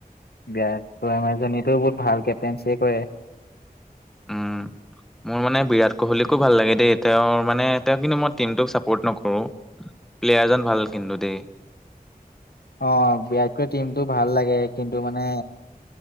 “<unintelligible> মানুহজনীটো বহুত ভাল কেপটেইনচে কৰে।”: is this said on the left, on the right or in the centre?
Left